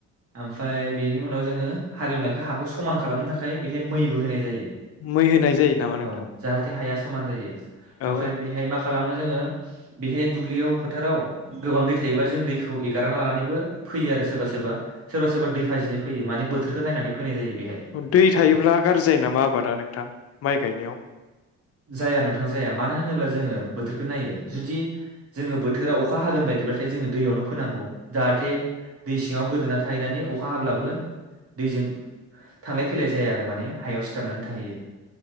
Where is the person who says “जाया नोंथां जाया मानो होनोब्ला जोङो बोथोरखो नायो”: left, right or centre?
Right